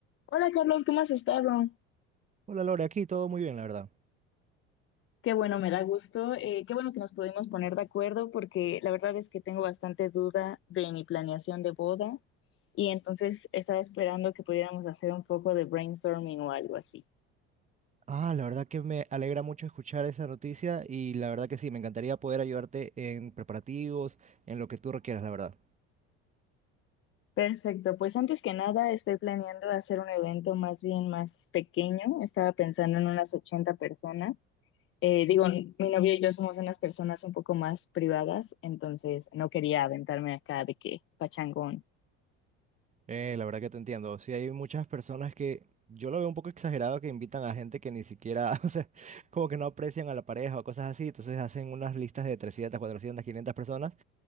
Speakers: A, on the left (about 40°); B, on the right (about 25°).
A: Hola Carlos, ¿cómo has estado?
B: Hola Lore, aquí todo muy bien, la verdad.
A: Qué bueno, me da gusto. Eh, qué bueno que nos pudimos poner de acuerdo porque la verdad es que tengo bastante duda de mi planeación de boda y entonces estaba esperando que pudiéramos hacer un poco de brainstorming o algo así.
B: Ah, la verdad que me alegra mucho escuchar esa noticia y la verdad que sí, me encantaría poder ayudarte en preparativos, en lo que tú requieras, la verdad.
A: Perfecto, pues antes que nada estoy planeando hacer un evento más bien más pequeño. Estaba pensando en unas 80 personas. Eh, digo, mi novio y yo somos unas personas un poco más privadas, entonces no quería aventarme acá de que pachangón.
B: Eh, la verdad que te entiendo. Sí, hay muchas personas que yo lo veo un poco exagerado que invitan a gente que ni siquiera, <laughs> o sea, como que no aprecian a la pareja o cosas así, entonces hacen unas listas de 300, 400, 500 personas